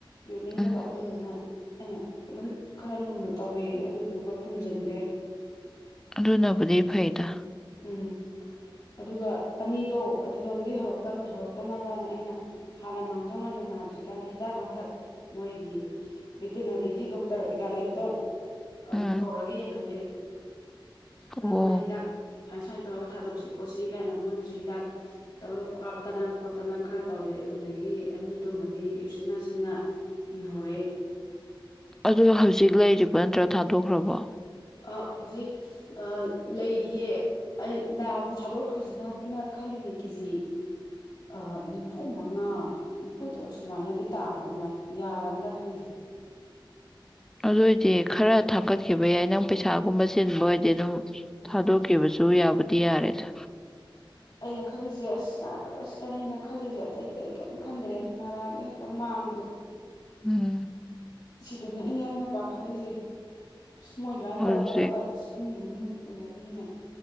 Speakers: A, on the left (about 55°); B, in the centre.
A: ꯌꯣꯟꯅꯤꯡꯗꯕ
B: ꯎꯝ
A: ꯑꯗꯨꯗꯨꯅ ꯑꯩꯅ ꯑꯗꯨꯝ ꯈꯔ ꯂꯨꯅ ꯇꯧꯔꯦ ꯑꯗꯨꯗꯨꯒ ꯐꯨꯝꯖꯤꯟꯈ꯭ꯔꯦ
B: ꯑꯗꯨꯅꯕꯨꯗꯤ ꯐꯩꯗ
A: ꯎꯝ ꯑꯗꯨꯒ ꯑꯅꯤꯗꯣ ꯑꯗꯨꯗꯣꯝꯗꯤ ꯍꯧꯔꯛꯇꯕ ꯍꯧꯔꯛꯇꯅꯕꯅ ꯑꯩꯅ ꯍꯥꯟꯅ ꯃꯥꯡꯖꯧꯅꯅ ꯅꯥꯗ꯭ꯔꯤ ꯀꯥꯟꯗ ꯍꯤꯗꯥꯛ ꯂꯥꯡꯊꯛ ꯃꯣꯏꯒꯤ ꯚꯦꯇꯤꯅꯔꯤꯒꯤ ꯗꯣꯛꯇꯔ ꯀꯩꯀꯥ ꯂꯩꯕꯗꯣ ꯑꯗꯨ
B: ꯎꯝ
A: ꯀꯧꯔꯒ ꯌꯦꯡꯍꯜꯂꯦ ꯑꯗꯣ
B: ꯑꯣ
A: ꯃꯣꯏꯅ ꯍꯤꯗꯥꯛ ꯁꯨꯃꯥꯏ ꯁꯨꯃꯥꯏꯅ ꯇꯧꯔꯒ ꯊꯥꯗꯣꯛꯁꯤ ꯈꯣꯠꯁꯤ ꯀꯥꯏꯅ ꯃꯣꯏꯒꯤꯁꯨ ꯍꯤꯗꯥꯛ ꯇꯧꯔꯒ ꯀꯥꯞꯇꯅ ꯈꯣꯠꯇꯅ ꯈꯔ ꯇꯧꯔꯦ ꯑꯗꯨꯗꯒꯤ ꯑꯅꯤꯗꯨꯃꯗꯤ ꯎꯁꯤꯅꯥꯁꯤꯟꯅ ꯍꯤꯡꯍꯧꯔꯦ
B: ꯑꯗꯣ ꯍꯧꯖꯤꯛ ꯂꯩꯔꯤꯕ ꯅꯠꯇ꯭ꯔ ꯊꯥꯗꯣꯛꯈ꯭ꯔꯕꯣ
A: ꯑ ꯍꯧꯖꯤꯛ ꯑ ꯂꯩꯔꯤꯌꯦ ꯑꯩ ꯂꯥꯕꯗꯣ ꯊꯥꯗꯣꯛꯈ꯭ꯔꯁꯤꯅꯅ ꯈꯜꯂꯤꯅꯦ ꯀꯦꯖꯤ ꯑ ꯅꯤꯐꯨ ꯃꯉꯥꯡ ꯅꯤꯐꯨ ꯇꯔꯨꯛ ꯁꯨꯃꯥꯏꯅꯗꯤ ꯇꯥꯔꯕ ꯃꯥꯜꯂ ꯌꯥꯔꯗ꯭ꯔꯥ ꯈꯪꯗꯦ
B: ꯑꯗꯨ ꯑꯣꯏꯏꯗꯤ ꯈꯔ ꯊꯥꯀꯠꯈꯤꯕ ꯌꯥꯏ ꯅꯪ ꯄꯩꯁꯥꯒꯨꯝꯕ ꯆꯤꯟꯕ ꯑꯣꯏꯔꯗꯤ ꯑꯗꯨꯝ ꯊꯥꯗꯣꯛ
A: ꯎꯝ
B: ꯊꯥꯗꯣꯛ ꯈꯤꯕꯨꯁꯨ ꯌꯥꯕꯨꯗꯤ ꯌꯥꯔꯦꯗ
A: ꯑꯩꯅ ꯈꯜꯂꯤꯁꯦ ꯑꯁ ꯅꯥꯔꯛꯀꯗꯥ ꯁꯤꯗꯅꯦ ꯑꯩꯅ ꯈꯜꯂꯤꯁꯦ ꯑꯇꯩꯗꯤ ꯑꯩ ꯀꯩꯝ ꯈꯟꯗ꯭ꯔꯦꯅꯦ ꯅꯥꯔꯛꯑꯒ ꯍꯦꯛꯇ ꯃꯥꯡꯕꯗꯣ <inaudible>
B: ꯎꯝ
A: ꯁꯤꯗꯅꯦ ꯑꯩꯅ ꯌꯥꯝꯅ ꯄꯥꯈꯠꯂꯤꯁꯦ ꯑꯁ ꯃꯣꯏ ꯑꯗꯨꯃꯥꯏꯅ
B: ꯍꯧꯖꯤꯛ
A: ꯇꯧꯔ ꯇꯧꯔꯒ ꯏꯁ ꯏꯃꯨꯡ ꯃꯅꯨꯡ ꯄꯨꯅꯔꯤꯅꯤꯅꯥ